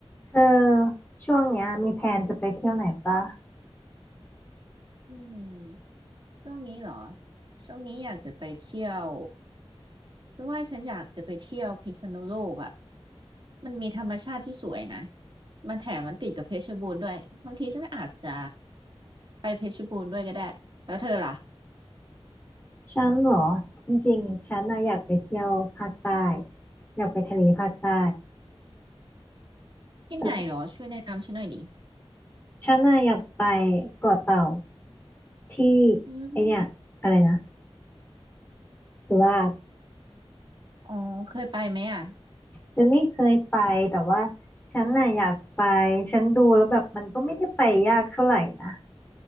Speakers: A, on the left; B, on the right.
A: เธอช่วงเนี้ยมีแพลนจะไปเที่ยวไหนปะ
B: อืมช่วงนี้เหรอช่วงนี้อยากจะไปเที่ยวฉันว่าฉันอยากจะไปเที่ยวพิษณุโลกอ่ะมันมีธรรมชาติที่สวยนะมันแถมมันติดกับเพชรบูรณ์ด้วยบางทีฉันอาจจะไปเพชรบูรณ์ด้วยก็ได้แล้วเธอล่ะ
A: ฉันเหรอจริงๆฉันน่ะอยากไปเที่ยวภาคใต้อยากไปทะเลภาคใต้
B: ที่ไหนเหรอช่วยแนะนำฉันหน่อยดิ
A: แต่ฉันน่ะอยากไปเกาะเต่าที่
B: อืม
A: ไอเนี่ยอะไรนะสุราษฎร์
B: อ๋อเคยไปไหมอ่ะ
A: ฉันไม่เคยไปแต่ว่าฉันน่ะอยากไปฉันดูแล้วแบบมันก็ไม่ได้ไปยากเท่าไหร่นะ